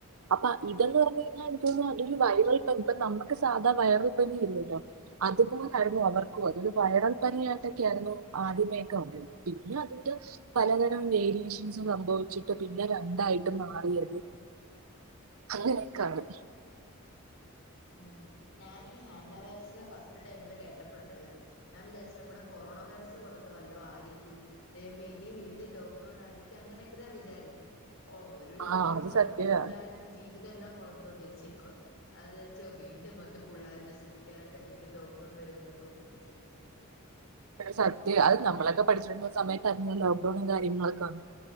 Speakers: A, on the right; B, on the left.
A: അപ്പ ഇതെന്ന് പറഞ്ഞ്യ്ഞ്ഞാ ൻക്കാേന്ന്ന്നു അതൊരു വൈറൽ പനി ഇപ്പ നമ്മക്ക് സാധാരണ വൈറൽ പനി വര് വല്ലോ അതുപോലായ്ര്ന്നു അവർക്കും അത് ഒര് വൈറൽ പനിയായിട്ടൊക്കെയായ്ര്ന്നു ആദ്യമേക്കെ വന്നത് പിന്നെ അതിന്റെ പലതരം വേരിയേഷൻസും സംഭവിച്ചിട്ട് പിന്നെ രണ്ടായിട്ട് മാറിയത് അങ്ങനൊക്കാണ്
B: ഉം ഞാനീ ഹാന്റാ വൈറസ്ന്ന് ഫസ്റ്റ് ടൈമില് കേട്ടപ്പണ്ടല്ലെ ഞാൻ വിചാച്ച് നമ്മടെ കൊറോണ വൈറസ് പോലെ വല്ലോ ആരിക്കും ദൈവമെ ഇനി വീണ്ടും ലോക്ക്ഡൗൺ ആയിരിക്കും അങ്ങനൊക്കെ ഞാൻ വിചാരി ച്ച് ഓ ഒരു ലോക്ക്ഡൗൺ
A: ആ അത്
B: വന്ന്
A: സത്യമാണ്
B: പുള്ളാരുടെ ജീവിതം എല്ലാം കൊളംന്തോണ്ടി വെച്ചേക്കുവാ <unintelligible> <unintelligible> വീണ്ടും വന്ന് പുള്ളാരെ നശി പ്പിക്കാനായിട്ട് വീണ്ടും ലോ ക്ഡൗൺ വരുമന്നൊക്കെ വിചാരിച്ചിരുന്നെയാ
A: എട സത്യവാ അത് നമ്മളൊക്കെ പഠിച്ചികൊണ്ടിരുന്ന സമയത്തായിരുന്നല്ലൊ ലോക്ക്ഡൗണും കാര്യങ്ങളൊക്കെ വന്നത്